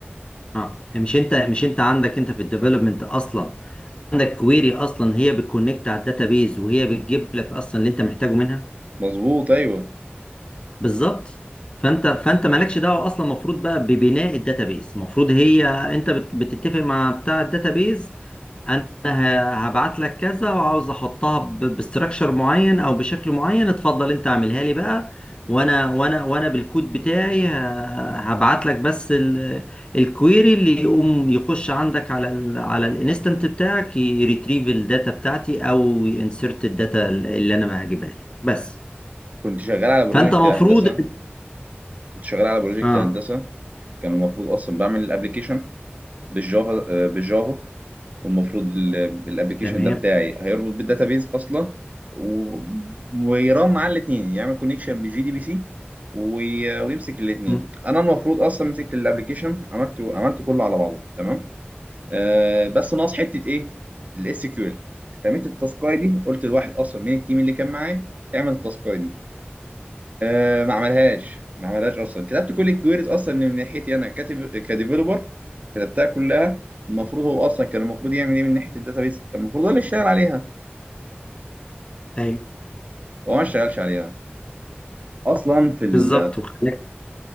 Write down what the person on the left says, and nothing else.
اه مش انت مش انت عندك انت في الديفلوبمنت اصلا عندك كويري اصلا هي بتكونكت على الداتابيز وهي بتجيب لك اصلا اللي انت محتاجه منها
بالظبط فانت فانت مالكش دعوه اصلا المفروض بقى ببناء الداتابيز المفروض هي انت بت- بتتفق مع بتاع الداتابيز انا ه- هبعت لك كذا وعاوز احطها باستراكشر معين او بشكل معين اتفضل انت اعملها لي بقى وانا وانا وانا بالكود بتاعي ه- هبعت لك بس الكويري اللي يقوم يخش عندك على ال على الانستنت بتاعك يريتريف الداتا بتاعتي او ينسرت الداتا اللي انا ما هجيبها لك بس
فانت مفروض
اه
تمام
مم.
ايوه
بالظبط وخلاك